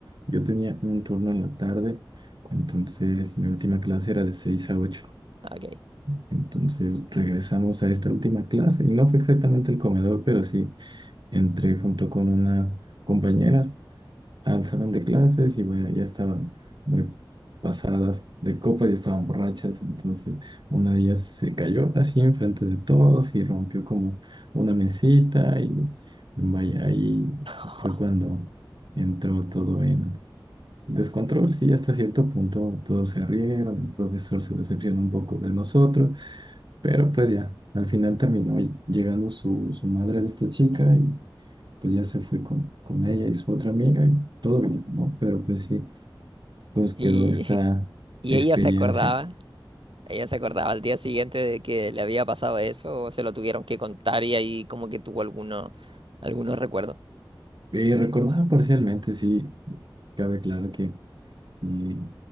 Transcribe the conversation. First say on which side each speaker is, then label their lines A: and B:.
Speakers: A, on the right; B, on the right.
A: yo tenía un turno en la tarde, entonces mi última clase era de seis a ocho
B: Ah, Ok.
A: entonces regresamos a esta última clase y no fue exactamente el comedor, pero sí entré junto con una compañera al salón de clases y bueno, ya estaban muy pasadas de copa, ya estaban borrachas, entonces una de ellas se cayó así enfrente de todos y rompió como una mesita y vaya, ahí
B: <laughs>
A: fue cuando entró todo en descontrol, sí, hasta cierto punto todos se rieron, el profesor se decepcionó un poco de nosotros. Pero pues ya, al final terminó llegando su, su madre de esta chica y pues ya se fue con, con ella y su otra amiga y todo bien, ¿no? Pero pues sí, pues
B: Y,
A: quedó esta
B: <laughs> y
A: experiencia.
B: ella se acordaba. Ella se acordaba al día siguiente de que le había pasado eso o se lo tuvieron que contar y ahí como que tuvo alguno, algunos recuerdos.
A: Y recordaba parcialmente, sí, cabe claro que eh,